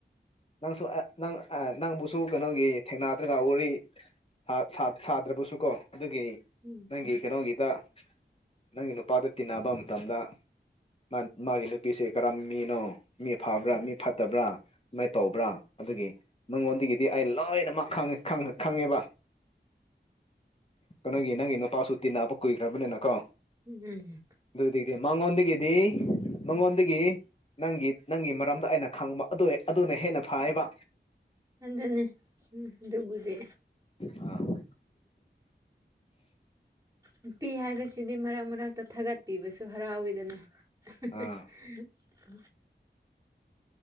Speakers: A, on the left; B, on the right.
A: ꯅꯪꯁꯨ ꯅꯪ ꯅꯪꯕꯨꯁꯨ ꯀꯩꯅꯣꯒꯤ ꯊꯦꯡꯅꯗ꯭ꯔꯒ ꯋꯥꯔꯤ ꯁꯥ ꯁꯥꯗ꯭ꯔꯕꯁꯨ ꯀꯣ ꯑꯗꯨꯒꯤ
B: ꯎꯝ
A: ꯅꯪꯒꯤ ꯀꯩꯅꯣꯒꯤꯗ ꯅꯪꯒꯤ ꯅꯨꯄꯥꯗꯨ ꯇꯤꯟꯅꯕ ꯃꯇꯝꯗ ꯃꯥ ꯃꯥꯒꯤ ꯅꯨꯄꯤꯁꯦ ꯀꯔꯝ ꯃꯤꯅꯣ ꯃꯤ ꯐꯕ꯭ꯔꯥ ꯃꯤ ꯐꯠꯇꯕ꯭ꯔꯥ ꯁꯃꯥꯏ ꯇꯧꯕ꯭ꯔꯥ ꯑꯗꯨꯒꯤ ꯃꯉꯣꯟꯗꯒꯤꯗꯤ ꯑꯩ ꯂꯣꯏꯅꯃꯛ ꯈꯪꯉꯦ꯫ ꯈꯪꯉ ꯈꯪꯉꯦꯕ ꯀꯩꯅꯣꯒꯤ ꯅꯪꯒꯤ ꯅꯨ ꯄꯥꯁꯨ ꯇꯤꯟꯅꯕ ꯀꯨꯏꯈ꯭ꯔꯕꯅꯤꯅꯀꯣ
B: ꯎꯝ
A: ꯑꯗꯨꯗꯤꯗꯤ ꯃꯪꯉꯣꯟꯗꯒꯤꯗꯤ ꯃꯪꯉꯣꯟꯗꯒꯤ ꯅꯪꯒꯤ ꯅꯪꯒꯤ ꯃꯔꯝꯗ ꯑꯩꯅ ꯈꯪꯕ ꯑꯗꯨ ꯑꯗꯨꯅ ꯍꯦꯟꯅ ꯐꯩꯌꯦꯕ
B: ꯑꯗꯨꯅꯤ ꯑꯗꯨꯕꯨꯗꯤ
A: ꯑ <unintelligible>
B: ꯅꯨꯄꯤ ꯍꯥꯏꯕꯁꯤꯗꯤ ꯃꯔꯛ ꯃꯔꯛꯇ ꯊꯥꯒꯠꯄꯤꯕꯁꯨ ꯍꯔꯥꯎꯋꯤꯗꯅ ꯍ
A: ꯑꯥ
B: ꯍ